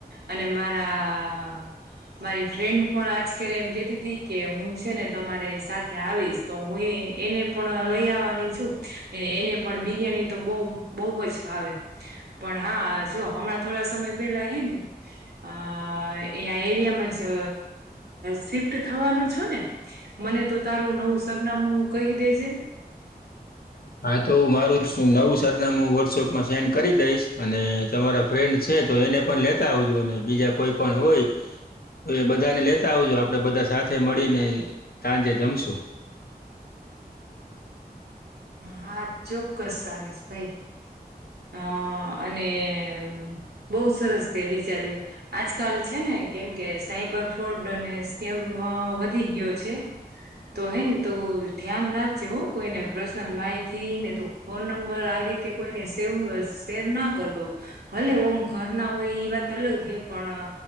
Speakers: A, on the right; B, on the left.
A: અને મારા મારી ફ્રેન્ડ પણ આજ કરે એમ કે તે કે હું છે ને તમારી સાથે આવીશ, તો હું એ એને પણ લઈ આવવાની છું. એને પણ બિરિયાની તો બહુ બહુ જ ભાવે. પણ હા, જો હમણાં થોડા સમય પેલા હે ને અ એ એરિયામાં જ સિફટ થવાનું છો ને? મને તો તારું નવું સરનામું કહીં દેજે.
B: હા, તો હુ મારું નવું સરનામું હું વોટ્સઅપમાં સેન્ડ કરી દઈશ. અને તમારા ફ્રેન્ડ છે તો એને પણ લેતા આવજો, અને બીજા કોઈ પણ હોય તો એ બધાને લેતા આવજો. આપણે બધા સાથે મળીને સાંજે જમીશું.
A: હા, ચોક્કસ આવીશ ભાઈ. અરે, અને બહુ સરસ તે વિચાર્યું. આજકાલ છે ને, કેમ કે સાઈબર ફ્રોડ અને સ્કેમ વધી ગયો છે. તો હે ને, તો ધ્યાન રાખજે હો. કોઈને પ્રશ્ન માહિતી ને તુ ફોન નંબર આ રીતે કોઈને સેવ શેર ના કરતો. ભલે ઓમ ઘર ના હોય, એ વાત અલગ હે, પણ